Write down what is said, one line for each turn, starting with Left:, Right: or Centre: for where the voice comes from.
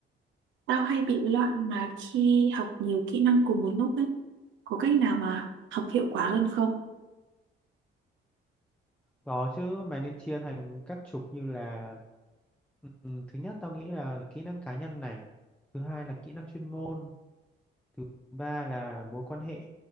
Right: tao hay bị loạn mà khi học nhiều kỹ năng cùng một lúc ấy có cách nào mà học hiệu quả hơn không
Centre: Có chứ mày nên chia thành các trục như là ừ, thứ nhất tao nghĩ là kỹ năng cá nhân này, thứ hai là kỹ năng chuyên môn, thứ ba là mối quan hệ.